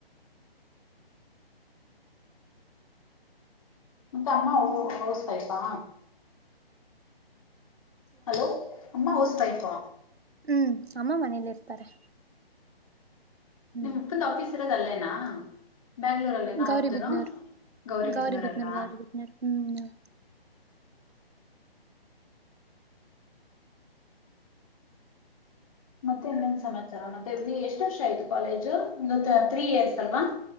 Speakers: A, on the left (about 35°); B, on the right (about 80°).
A: ಮತ್ತ ಅಮ್ಮ ಹೌಸ್ ವೈಫಾ. ಹಲೋ ಅಮ್ಮ ಹೌಸ್ ವೈಪಾ
B: ಹ್ಮ ಅಮ್ಮ ಮನೇಲಿ ಇರ್ತಾರೆ. ಹ್ಮ್
A: ನಿಮ್ಮ ಅಪ್ಪಂದ ಆಫೀಸ್ ಇರೋದ ಅಲ್ಲೇನಾ. ಬ್ಯಾಂಗ್ಳೂರಲ್ಲೇ ನಾ
B: ಗೌರಿ
A: ಅವ್ರದ್ದನು
B: ಬಿದ್ನೂರ್
A: ಗೌರಿಬಿದ್ನೂರಲ್ಲ.
B: ಗೌರಿ ಬಿದ್ನೂರ್ ಗೌರಿ ಬಿದ್ನೂರ್ ಹ್ಮ್
A: ಮತ್ತೆ ಇನ್ನೇನ ಸಮಾಚಾರ ಮತ್ತೆ ಇಲ್ಲಿ ಎಷ್ಟ ವರ್ಷ ಆಯ್ತು ಕಾಲೇಜು ಇಂದು ತ್ರೀ ಇಯರ್ಸ್ ಅಲ್ವಾ.